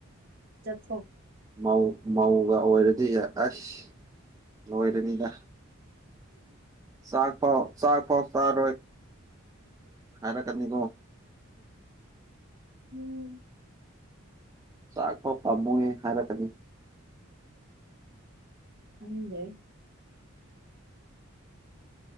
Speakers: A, on the right (about 50°); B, on the right (about 15°).
A: ꯆꯠ
B: ꯃꯥꯎ ꯃꯥꯎꯒ ꯑꯣꯏ ꯁꯤ ꯑꯁ ꯂꯣꯏꯔꯅꯤꯅ ꯆꯥꯛ ꯄꯥꯎ ꯆꯥꯛ ꯄꯥꯎ ꯆꯥꯔꯣꯏ ꯍꯥꯏꯔ ꯀꯅꯤꯀꯣ
A: ꯎ
B: ꯆꯈꯣ ꯐꯃꯨꯦ ꯍꯥꯏꯔ ꯀꯅꯤ
A: ꯜꯦ